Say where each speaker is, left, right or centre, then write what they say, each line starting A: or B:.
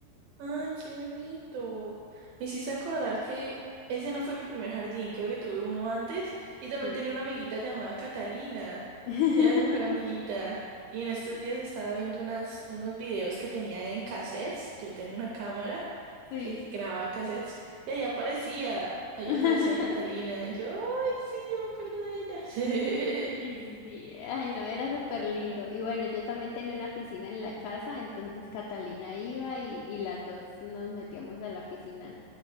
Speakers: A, on the right; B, on the left.
A: Ah, qué bonito. Me hiciste acordar que ese no fue mi primer jardín, creo que tuve uno antes y también
B: Sí.
A: tenía una amiguita llamada Catalina.
B: <laughs>
A: Era mi mejor amiguita. Y en estos
B: Sí.
A: días estaba viendo unas, unos videos que tenía en cassettes. Yo tengo una cámara
B: Sí.
A: que graba cassettes y allá aparecía, allá
B: <laughs>
A: aparecía Catalina. Y yo, ay, sí, yo me acuerdo de ella.
B: Sí, sí, sí. Ay, no, era súper lindo. Y bueno, yo también tenía una piscina en la casa, entonces Catalina iba y, y las dos nos metíamos a la piscina